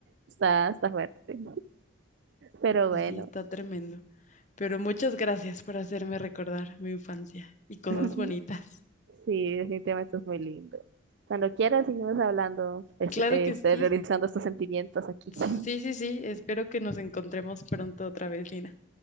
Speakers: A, on the right; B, on the left.
A: está, está fuerte. Pero bueno,
B: Sí, está tremendo. Pero muchas gracias por hacerme recordar mi infancia y cosas
A: <laughs>
B: bonitas.
A: sí, definitivamente es muy lindo. Cuando quieras, seguimos hablando, es-
B: Claro
A: este,
B: que sí.
A: realizando estos sentimientos aquí.
B: Sí,
A: <laughs>
B: sí, sí. Espero que nos encontremos pronto otra vez, Lina.